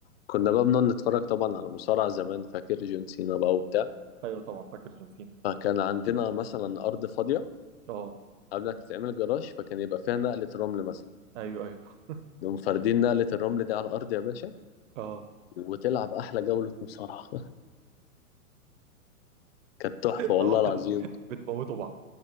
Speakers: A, on the left (about 45°); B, on the right (about 55°).
A: كنا بقى بنقعد نتفرج طبعا على مصارعة زمان فاكر جون سينا بقى وبتاع
B: ايوه طبعا فاكر جون سينا
A: فكان عندنا مثلا أرض فاضية
B: اه
A: قبل ما تتعمل جراج فكان يبقى فيها نقلة رمل مثلا
B: ايوه ايوه
A: نقوم فاردين نقلة الرمل دي على الأرض يا باشا
B: اه
A: وتلعب أحلى جولة مصارعة <laughs> كانت
B: <laughs>
A: تحفة والله
B: طبعا
A: العظيم
B: بتموتوا بعض